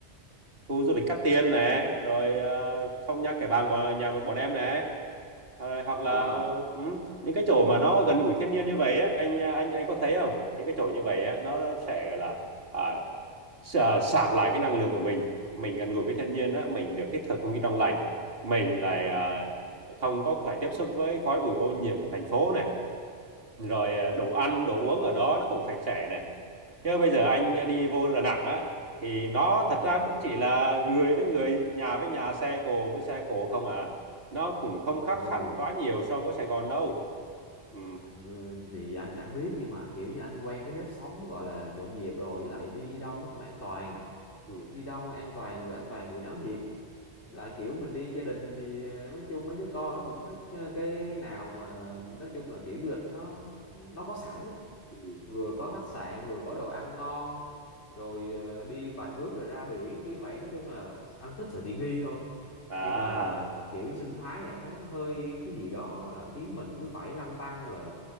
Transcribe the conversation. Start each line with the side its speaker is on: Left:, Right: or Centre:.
Right: khu du lịch Cát Tiên nè rồi ờ, phong nha kẻ bàng bọn nhà bọn em nè rồi, hoặc là
Left: À
Right: ừ, những cái chỗ mà nó gần gũi thiên nhiên như vậy á anh anh anh có thấy không những cái chỗ như vậy á nó sẽ gọi là à, s- à, sạc lại cái năng lượng của mình mình gần gũi với thiên nhiên á mình được hít thở không khí trong lành mình lại à, không có phải tiếp xúc với khói bụi ô nhiễm của thành phố này rồi à, đồ ăn đồ uống ở đó nó cũng sạch sẽ này chứ bây giờ anh đi vô Đà Nẵng á thì nó thật
Left: à.
Right: ra cũng chỉ là người với người nhà với nhà xe cộ với xe cộ không à nó cũng không khác
Left: Ôi.
Right: hẳn quá nhiều so với Sài Gòn đâu ừ,
Left: anh thì anh chẳng biết nhưng mà kiểu như anh quen cái nếp sống gọi là nhộn nhịp rồi với lại đi đâu nó cũng an toàn
Right: ừ,
Left: đi đâu nó an toàn vừa an toàn vừa náo nhiệt Với lại kiểu mình đi gia đình thì ờ, nói chung mấy đứa con nó cũng thích ờ, cái nào mà nói chung là kiểu du lịch nó nó có sẵn ấy.
Right: ừ.
Left: vừa có khách sạn vừa có đồ ăn ngon rồi ờ, đi vài bước rồi ra biển kiểu vậy nói chung là anh thích sự tiện nghi thôi
Right: à
Left: nên là kiểu như sinh thái thì anh thấy nó hơi cái gì đó là khiến mình cứ phải lăn tăn là